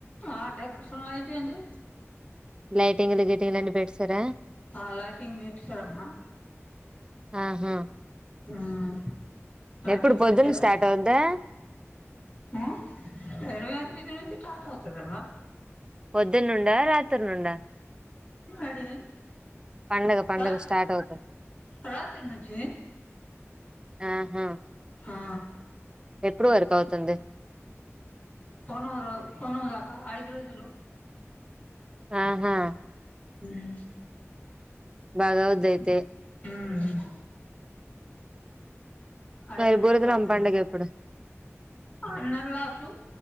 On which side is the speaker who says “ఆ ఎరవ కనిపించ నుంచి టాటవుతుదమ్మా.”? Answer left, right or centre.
Left